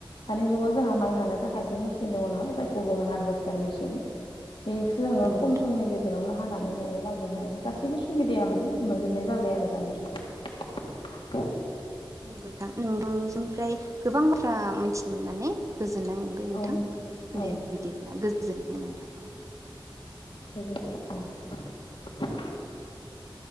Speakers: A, on the right; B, on the left.
A: नंगौ
B: दानि जुगाव जोंहा माइ हानो थाख खाय मेचिन दङना जायखौ बुङो हारभेस्टार मेसिन बेखोसो जोङो
A: नोंथां
B: खम समनि गेजेरावनो हानानै न'आव लाबोनो हायो गासैबो सुबिदाया माने मोनजोबनाय जाबाय आरो दानि जुगाव।
A: नोंगोनथां नोंथांनिसिमफ्राय गोबां बाथ्रा मिथिनो मोननानै गोजोननाय मोनबाय नोंथां
B: औ मिथिबाय औ
A: दे बिदिब्ला गोजोनथों नोंथां।
B: गोजोनथों औ।